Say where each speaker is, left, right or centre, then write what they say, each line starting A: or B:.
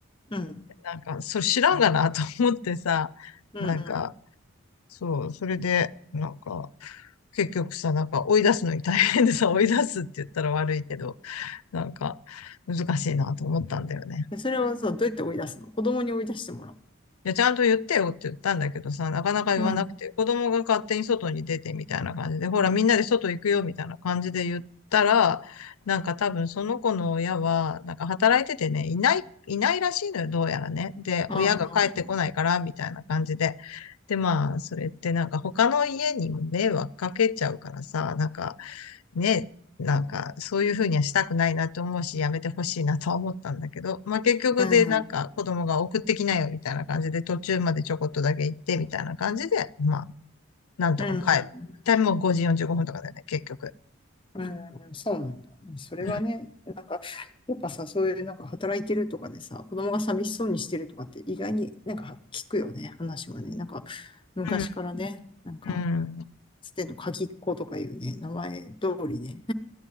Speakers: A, on the left; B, on the left.
A: うん、
B: なんか、それ知らんがなと思ってさ、
A: うん、
B: なんか、
A: うん。
B: そう、それで、なんか、結局さ、なんか追い出すのに大変でさ、追い出すって言ったら悪いけど、なんか難しいなと思ったんだよね。
A: でそれをさ、どうやって追い出すの子供に追い出してもらう。
B: いや、ちゃんと言ってよって言ったんだけどさ、なかなか言わなくて、
A: うん。
B: 子供が勝手に外に出てみたいな感じで、ほら、みんなで外行くよみたいな感じで言ったら、なんか多分その子の親は、なんか働いててね、いない、いないらしいのよ、どうやらね。で、
A: ああ、
B: 親が帰ってこないから、みたいな感じで。で、まあ、それってなんか他の家にも迷惑かけちゃうからさ、なんか、ね、なんか、そういうふうにはしたくないなと思うし、やめてほしいなとは思ったんだけど、まあ結局でなんか子供が送ってきなよみたいな感じで、
A: うん、
B: 途中までちょこっとだけ行ってみたいな感じで、まあ、なんとか帰る。
A: うん、
B: タイムも5時45分とかだよね、結局。
A: うん、そうなんだ。それはね、
B: うん。
A: やっぱさ、そういうなんか働いてるとかでさ、子供が寂しそうにしてるとかって意外になんか聞くよね、話はね。なんか昔からね、
B: うん。
A: なんか、
B: うん。
A: つての鍵っ子とかいうね、名前通りね。